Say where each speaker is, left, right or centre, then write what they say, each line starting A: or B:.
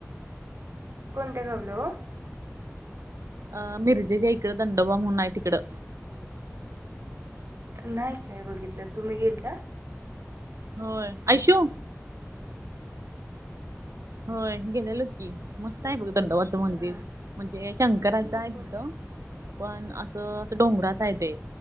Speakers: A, on the right; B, on the right.
A: कोणत्या गावालं ओ?
B: अ मिरजेच्या इकडं दंडोबा म्हणून आहे तिकडं.
A: नाही काय बघितलं. तुम्ही गेलता?
B: होय. आयशू होय गेलेलो की, मस्त आहे बघ दंडोबाचं मंदिर.
A: हा
B: म्हणजे शंकराचा आहे तिथं,
A: हो
B: पण असं असं डोंगराच आहे ते.